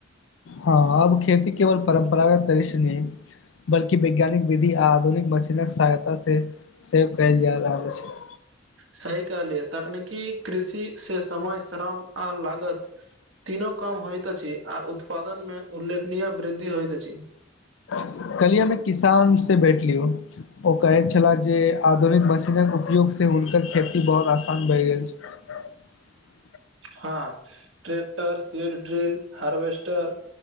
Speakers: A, on the left (about 70°); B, on the right (about 80°).
A: हँ अब खेती केवल परम्परागत दृश्य नहि ह। बल्कि वैज्ञानिक विधि आ आधुनिक मशीन सहायता से सेव कयल जा रहल छै
B: सही कहलेय तकनीकी कृषि से समय श्रम आ लागत तीनो काम होयत अछि आ उत्पादन में उल्लेखनीय वृद्धि होयत अछि।
A: कहलियएमेमे किसान से बैठली ह ओ कहैत छलाह जे आधुनिक मशीनक उपयोग से हुनकर खेती बहुत आसान भए गेल छै <unintelligible>
B: हँ ट्रैक्टर, सीडड्रिल, हार्वेस्टर